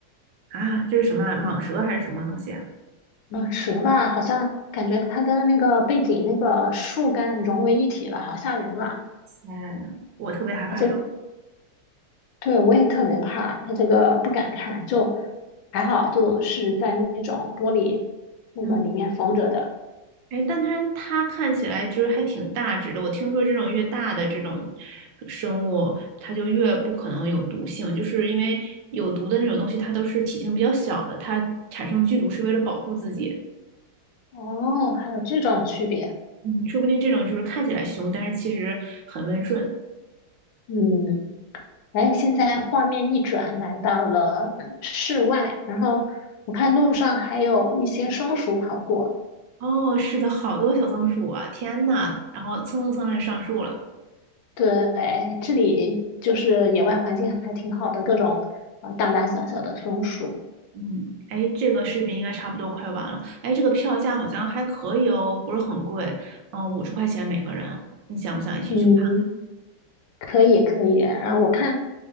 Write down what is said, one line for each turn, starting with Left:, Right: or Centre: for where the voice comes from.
Right: 啊，这是什么啊蟒蛇还是什么东西啊？
Left: 蟒蛇吧，好像感觉它跟那个背景那个树干融为一体了，好吓人啊！
Right: 哎，我特别害怕这种。
Left: 它这，对，我也特别怕，它这个不敢看，就还好，就是在那种玻璃那个里面缝着的。
Right: 嗯，哎，但它它看起来就是还挺大只的，我听说这种越大的这种生物，它就越不可能有毒性，就是因为有毒的那种东西，它都是体型比较小的，它产生剧毒是为了保护自己。
Left: 哦，还有这种区别，
Right: 嗯，说不定这种就是看起来凶，但是其实很温顺。
Left: 嗯，哎，现在画面一转，来到了 <clears throat> 室外，然后我看路上还有一些松鼠跑过。
Right: 哦，是的，好多小松鼠啊，天呐，然后蹭蹭蹭的上树了。
Left: 对，这里就是野外环境还挺好的，各种呃大大小小的松鼠。
Right: 嗯，哎，这个视频应该差不多快完了。哎，这个票价好像还可以哦，不是很贵，嗯，五十块钱每个人。你想不想一起去看？
Left: 嗯，可以可以。然后我看